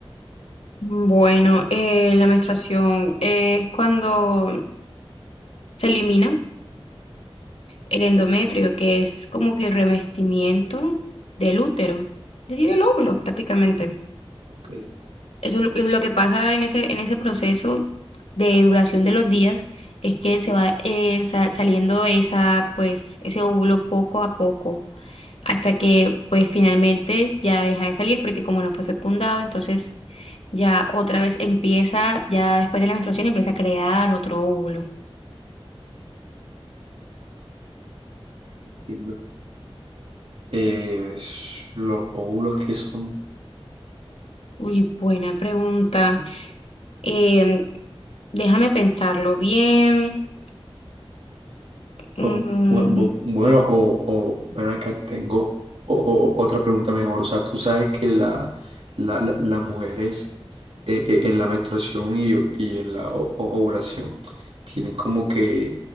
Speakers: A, on the left (about 80°); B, on the right (about 70°).
A: Bueno, eh, la menstruación es cuando se elimina el endometrio, que es como que el revestimiento del útero, es decir, el óvulo prácticamente.
B: Ok, eh,
A: Eso es lo, es lo que pasa en ese, en ese proceso de duración de los días, es que se va eh, sa- saliendo esa, pues, ese óvulo poco a poco, hasta que pues finalmente ya deja de salir, porque como no fue fecundado, entonces ya otra vez empieza, ya después de la menstruación empieza a crear otro óvulo.
B: entiendo. Eh, los óvulos que son
A: Uy, buena pregunta. Em, déjame pensarlo bien. Mm,
B: Pues, Bu- bu- Bueno, o, o ven acá, tengo o- o- o- otra pregunta mejor. O sea, tú sabes que la, la- la- las mujeres eh, eh, en la menstruación y, o- y en la o- o- ovulación tienen como que